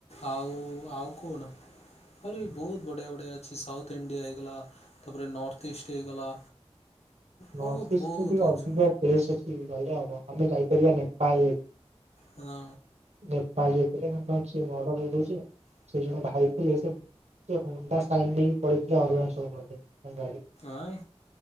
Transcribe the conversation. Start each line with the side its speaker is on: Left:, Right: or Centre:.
Left: ଆଉ ଆଉ କୋଉଡ଼ା? ଆହୁରି ବୋହୁତ୍ ବଢ଼ିଆ ରେ ଅଛି ସାଉଥ୍ ଇଣ୍ଡିଆ ହେଇଗଲା ତାପରେ ନର୍ଥ ଇଷ୍ଟ ହେଇଗଲା।
Right: ନର୍ଥଇଷ୍ଟଟା
Left: ବହୁତ ବହୁତ
Right: ଟିକେ ଅଧିକ
Left: ଅଛି
Right: ପ୍ଲେସେ ହୁଁ ଭଲ ହବ ଆମେ ଯାଇପାରିବା ନେପାଳ।
Left: ହଁ
Right: ରେ ପାଳ ଯାଇଥିଲେ ସେଦିନ ସିଏ ମର୍ଡର ହେଇ ଯାଇଚି। ସେ ଜଣେ ଭାଇ ଥିଲେ ସେ ସେ ହୁଣ୍ଡା ସାଇନ ନେଇକି ପଳେଇଥିଲେ ଅରୁଣାଚଳ ପ୍ରଦେଶ। ତାଙ୍କ ଗାଡି।
Left: ଆଁ?